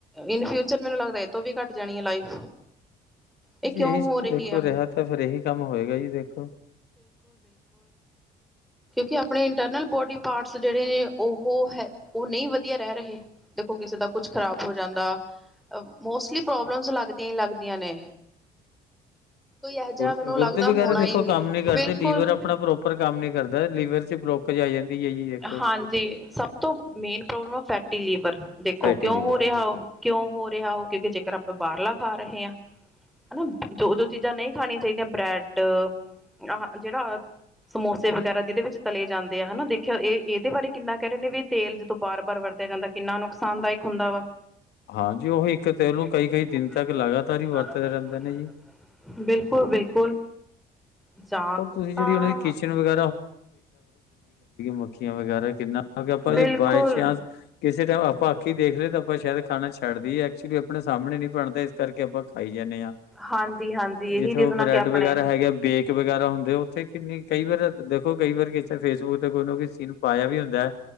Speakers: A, in the centre; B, on the left.
A: ਇਨ ਫਿਊਚਰ ਮੈਨੂੰ ਲੱਗਦਾ ਇਹਤੋਂ ਵੀ ਘੱਟ ਜਾਣੀ ਆ ਲਾਈਫ ਇਹ
B: ਜੀ
A: ਕਿਉਂ
B: ਇਹੀ
A: ਹੋ ਰਹੀ
B: ਦੇਖੋ
A: ਆ
B: ਰਿਹਾ ਤਾਂ ਫਿਰ ਇਹੀ ਕੰਮ ਹੋਏਗਾ ਜੀ ਦੇਖੋ
A: ਕਿ ਆਪਣੇ ਇੰਟਰਨਲ ਬੋਡੀ ਪਾਰਟਸ ਜਿਹੜੇ ਨੇ ਉਹ ਹੈ ਉਹ ਨਹੀਂ ਵਧੀਆ ਰਹਿ ਰਹੇ ਦੇਖੋ ਕਿਸੇ ਦਾ ਕੁਛ ਖਰਾਬ ਹੋ ਜਾਂਦਾ ਮੋਸਟਲੀ ਪ੍ਰੋਬਲਮਜ਼ ਲੱਗਦੀਆਂ ਹੀ ਲੱਗਦੀਆਂ ਨੇ ਕੋਈ ਇਹੋ ਜਿਹਾ
B: ਗੁਰ
A: ਮੈਨੂੰ
B: ਗੁਰਦੇ
A: ਲੱਗਦਾ
B: ਵਗੈਰਾ
A: ਹੋਣਾ
B: ਦੇਖੋ
A: ਹੀ ਨਹੀਂ
B: ਕੰਮ ਨੀ ਕਰਦੇ
A: ਬਿਲਕੁਲ
B: ਲੀਵਰ ਆਪਣਾ ਪ੍ਰੋਪਰ ਕੰਮ ਨੀ ਕਰਦਾ ਲੀਵਰ ਚ ਬਲੋਕਜ ਆ ਜਾਂਦੀ ਹੈ ਜੀ ਦੇਖੋ
A: ਹਾਂਜੀ ਸਭ ਤੋਂ ਮੇਨ ਪ੍ਰੋਬਲਮ ਫੈਟੀ ਲੀਵਰ ਦੇਖੋ
B: ਫੈਟੀ
A: ਕਿਉਂ
B: ਲੀਵਰ
A: ਹੋ ਰਿਹਾ
B: ਜੀ
A: ਹੋ ਕਿਉਂ ਹੋ ਰਿਹਾ ਹੋ, ਕਿਉਂਕਿ ਜੇਕਰ ਆਪਾਂ ਬਾਹਰਲਾ ਖਾ ਰਹੇ ਹਾਂ ਹੁਣ ਜੋ-ਜੋ ਚੀਜ਼ਾਂ ਨਹੀਂ ਖਾਣੀਆਂ ਚਾਹੀਦੀਆਂ ਬ੍ਰੈਡ ਆ ਜਿਹੜਾ ਸਮੋਸੇ ਵਗੈ ਫਿਰ ਜਿਹਦੇ ਵਿੱਚ ਤਲੇ ਜਾਂਦੇ ਆ ਹਨਾ ਦੇਖਿਆ ਇਹ ਇਹਦੇ ਬਾਰੇ ਕਿੰਨਾ ਕਹਿ ਰਹੇ ਨੇ ਵੀ ਤੇਲ ਜਦੋਂ ਬਾਰ ਬਾਰ ਵਰਤਿਆ ਜਾਂਦਾ ਕਿੰਨਾ ਨੁਕਸਾਨਦਾਇਕ ਹੁੰਦਾ ਵਾ
B: ਹਾਂਜੀ ਉਹ ਇੱਕ ਤੇਲ
A: <unintelligible>
B: ਨੂੰ ਕਈ ਕਈ ਦਿਨ ਤੱਕ ਲਗਾਤਾਰ ਹੀ ਵਰਤਦੇ ਰਹਿੰਦੇ ਨੇ ਜੀ
A: ਬਿਲਕੁਲ- ਬਿਲਕੁਲ ਜਾਂ
B: ਓਹ ਤੁਸੀਂ
A: ਤਾਂ
B: ਜਿਹੜੀ ਉਹਨਾਂ ਦੀ ਕਿਚਨ ਵਗੈ ਮੱਖੀਆਂ ਵਗੈਰਾ ਕਿੰਨਾ ਆਪਾਂ
A: ਬਿਲਕੁਲ
B: ਜੇ ਬਾਏ ਚਾਂਸ ਕਿਸੇ ਟਾਈਮ ਆਪਾਂ ਅੱਖੀ ਦੇਖ ਲਏ ਤਾਂ ਆਪਾਂ ਸ਼ਾਇਦ ਖਾਣਾ ਛੱਡ ਦੇਈਏ ਐਕਚੁਲੀ ਆਪਣੇ ਸਾਹਮਣੇ ਨੀ ਬਣਦਾ ਇਸ ਕਰਕੇ ਆਪਾਂ ਖਾਈ ਜਾਂਦੇ ਹਾਂ।
A: ਹਾਂਜੀ- ਹਾਂਜੀ ਇਹੀ
B: ਜਿੱਥੇ
A: ਰੀਜਨ
B: ਉਹ ਬ੍ਰੈਡ
A: ਆ ਕੇ ਆਪਣੇ
B: ਵਗੈਰਾ ਹੈਗੇ ਬੇਕ ਵਗੈਰਾ ਹੁੰਦੇ ਉੱਥੇ ਕਿੰਨੀ ਕਈ ਵਾਰ ਦੇਖੋ ਕਈ ਵਾਰ ਕਿਸੇ ਫੇਸਬੁੱਕ ਤੇ ਕੋਈ ਨਾ ਕੋਈ ਸੀਨ ਪਾਇਆ ਵੀ ਹੁੰਦਾ ਹੈ।